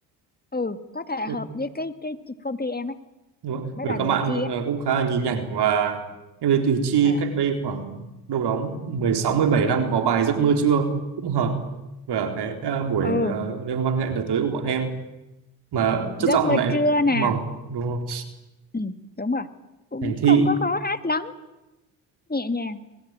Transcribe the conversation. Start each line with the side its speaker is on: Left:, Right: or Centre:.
Left: ừ có thể
Right: Đấy,
Left: hợp với cái cái công ty em ấy
Right: đúng rồi.
Left: mấy
Right: với
Left: bài
Right: các
Left: của
Right: bạn
Left: Thị Chi ấy
Right: ờ, cũng khá là nhí nhảnh và em thấy Thùy Chi
Left: à
Right: cách đây khoảng đâu đó mười sáu mười bảy năm có bài Giấc mơ trưa cũng hợp với cả cái ờ, buổi
Left: ừ
Right: ờ, liên hoan văn nghệ đợt tới của bọn em mà chất
Left: giấc
Right: giọng
Left: mơ
Right: lại
Left: trưa nè
Right: mỏng đúng không
Left: ừ đúng rồi cũng
Right: thành thị
Left: không có khó hát lắm nhẹ nhàng